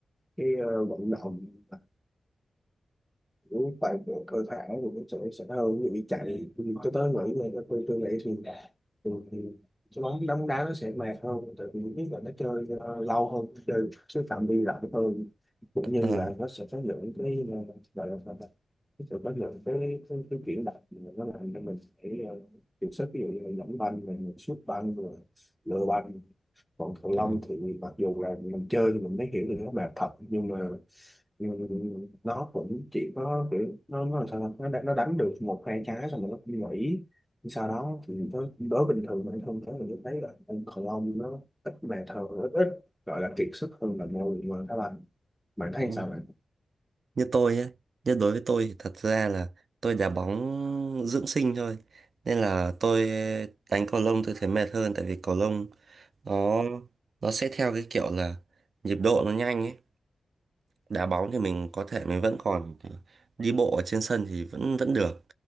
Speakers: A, in the centre; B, on the right.
A: cái ờ, vận động mà kiểu bài bộ cơ bản thì nó sẽ sẽ hơn ví dụ như chạy tôi tới nghĩ là tôi tôi nghĩ thì thì cái bóng đá bóng đá nó sẽ mệt hơn tại vì thứ nhất là nó chơi ờ, lâu hơn chơi cái phạm vi rộng hơn cũng như
B: Ờ,
A: là nó sẽ có lượng cái ờ, gọi là sao ta? nó sẽ có lượng cái cái, cái chuyển động mà nó làm cho mình phải uh, điều sức ví dụ như là dẫn banh rồi mình sút banh rồi lừa banh còn cầu lông
B: ờ,
A: thì mặc dù là mình chơi thì mình mới hiểu được nó mệt thật nhưng mà ừ, nó cũng chỉ có kiểu nó nó làm sao ta? nó đá- nó đánh được một hai trái xong rồi nó cũng nghỉ sau đó thì đối, đối bình thường anh không thấy là tôi thấy là ông cầu lông nó ít bàn thờ ít ít gọi là kiệt sức hơn là ngồi mà các bạn bạn thấy
B: đúng không?
A: sao bạn
B: như tôi ấy, như đối với tôi thì thật ra là tôi đá bóng dưỡng sinh thôi. Nên là tôi đánh cầu lông tôi thấy mệt hơn tại vì cầu lông nó nó sẽ theo cái kiểu là nhịp độ nó nhanh ấy. đá bóng thì mình có thể mình vẫn còn đi bộ ở trên sân thì vẫn vẫn được